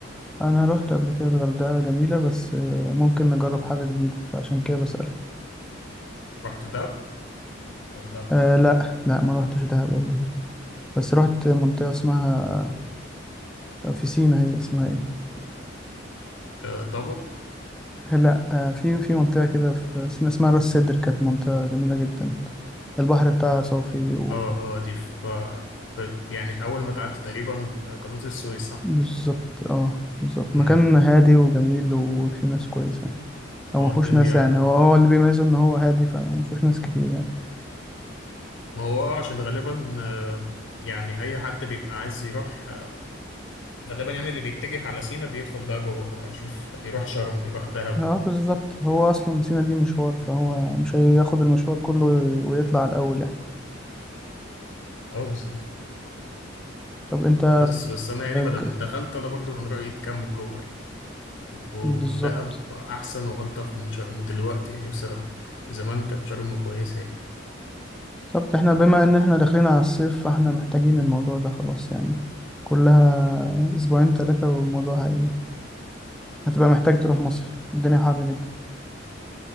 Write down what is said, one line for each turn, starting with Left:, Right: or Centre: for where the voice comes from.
Centre: انا رحت قبل كده الغردقه جميله بس آه، ممكن نجرب حاجه جديده فعشان كده بسألك
Left: رحت دهب ولا
Centre: آه لا لا ما روحتش دهب قبل كده بس رحت منطقة اسمها في سينا هي اسمها ايه
Left: آه، طب
Centre: لا آه، في في منطقة كده في سينا اسمها راس سدر كانت منطقة جميلة جدا البحر بتاعها صافي
Left: اه اه دي في في- يعني أول ما تعدي تقريبا قناة السويس صح؟
Centre: وبالظبط اه بالظبط
Left: امم
Centre: مكان هادي وجميل وفي ناس كويسة او
Left: اه
Centre: مفهوش
Left: الدنيا
Centre: ناس يعني هو هو اللي بيميزه ان هو هادي فمفهوش ناس كتير يعني
Left: ما هو اه عشان غالبا آه، يعني أي حد بيبقى عايز يروح آه، غالبا يعني اللي بيتجه على سينا بيدخل بقى جوه بقى يشوف يروح شرم يروح دهب
Centre: اه بالظبط هو اصلا سينا دي مشوار فهو مش هياخد المشوار كله ويطلع الاول يعني
Left: اه بالظبط
Centre: طب انت
Left: بس بس أنا يعني ما دام
Centre: ج-
Left: دخلت أنا برضو من رأيي تكمل جوه يعني ودهب
Centre: بالظبط
Left: أحسن وألطف من شرم دلوقتي يعني بصراحة زمان كانت شرم كويسة يعني
Centre: طب احنا بما ان احنا داخلين على الصيف فاحنا محتاجين الموضوع ده خلاص يعني كلها اسبوعين ثلاثة والموضوع هي... هتبقى محتاج تروح مصيف الدنيا حر جدا